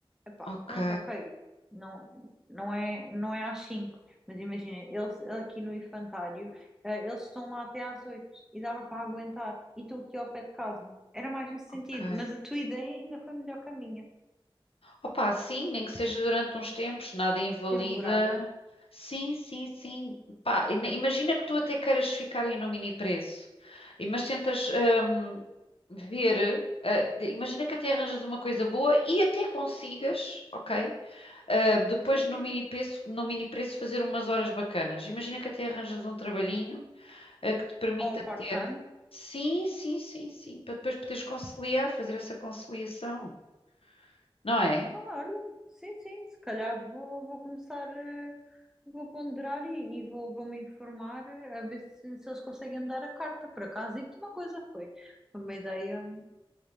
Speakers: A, in the centre; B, on the left.
A: Epá,
B: Ok,
A: pronto, ok. Não, não é, não é às 5, mas imagina, eles aqui no infantário, ah, eles estão lá até às 8 e dava para aguentar. E estou aqui ao pé de casa. Era mais nesse sentido,
B: ok.
A: mas a tua ideia ainda foi melhor que a minha.
B: Opa, sim, nem que seja durante uns tempos, nada invalida.
A: Temporário.
B: Sim, sim, sim. Pá, ina- imagina que tu até queiras ficar aí no mini preço, e mas tentas hum, ver, ah, de- imagina que até arranjas uma coisa boa e até consigas, ok? Ah, depois
A: Sim,
B: no
A: sim.
B: mini preço, no mini preço fazer umas horas bacanas. Imagina que até arranjas um trabalhinho, ah, que te permita
A: Ou part-time,
B: ter. Sim, sim, sim, sim, para depois poderes conciliar, fazer essa conciliação, não é?
A: Ah, olha, sim, sim, se calhar vou, vou começar, eh, vou ponderar e, e vou, vou me informar eh, a ver se, se eles conseguem me dar a carta. Por acaso, e que uma coisa foi, foi uma ideia